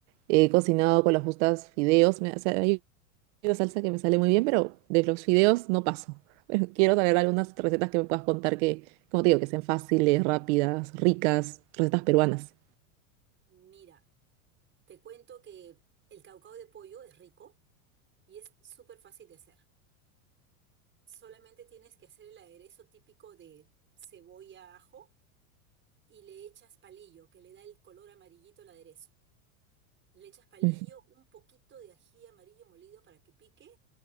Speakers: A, on the right; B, on the right.
A: He cocinado con las justas fideos. me- o sea, hay una salsa que me sale muy bien, pero de los fideos no paso. <laughs> Quiero saber algunas recetas que me puedas contar que, como te digo, que sean fáciles, rápidas, ricas, recetas peruanas.
B: Mira, te cuento que el caucao de pollo es rico y es súper fácil de hacer. Solamente tienes que hacer el aderezo típico de cebolla, ajo y le echas palillo, que le da el color amarillito al aderezo. Le echas palillo,
A: Ujú.
B: un poquito de ají amarillo molido para que pique